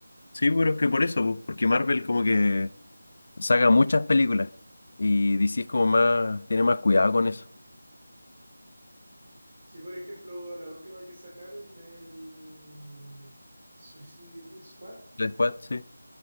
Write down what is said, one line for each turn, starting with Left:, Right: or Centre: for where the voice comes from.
Left: Sí, pero es que por eso, pues, porque Marvel como que saca muchas películas y DC es como más, tiene más cuidado con eso.
Right: Sí, por ejemplo, la última que sacaron del Suicide Squad.
Left: La Squad, sí.